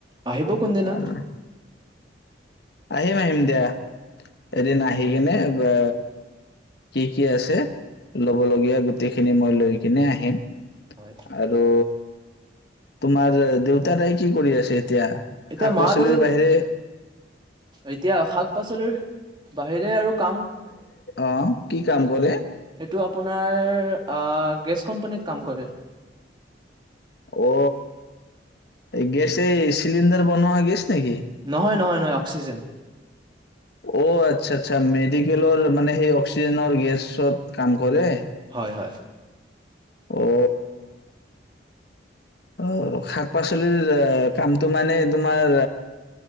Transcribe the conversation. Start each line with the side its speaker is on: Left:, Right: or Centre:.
Right: আহিব কোনদিনা।
Left: উম, আহিম আহিম দিয়া এদিন আহি কিনে, বা কি কি আছে ল'ব লগীয়া গো গোটেইখিনি মই লৈ কিনে আহিম।
Right: হয়।
Left: আৰু তোমাৰ দেউতাৰাই কি কৰি আছে এতিয়া
Right: এতিয়া
Left: শাক
Right: মা
Left: পাচলিৰ
Right: দেউতাৰ
Left: বাহিৰে?
Right: এতিয়া শাক পাচলিৰ বাহিৰে আৰু কাম
Left: অঁ কি কাম কৰে?
Right: এইটো আপোনাৰ আ গ্ৰেচ কম্পানীত কাম কৰে।
Left: অ, এই গেছ এই চিলিণ্ডাৰ বনোৱা গেছ? নেকি
Right: নহয়, নহয়। নয় অক্সিজে
Left: অ', আচ্ছা আচ্ছা মেডিকেলৰ মানে সেই অক্সিজেনৰ গেছত কাম কৰে।
Right: হয়, হয়।
Left: অ'। অ', শাক-পাচলিৰ কামটো মানে তোমাৰ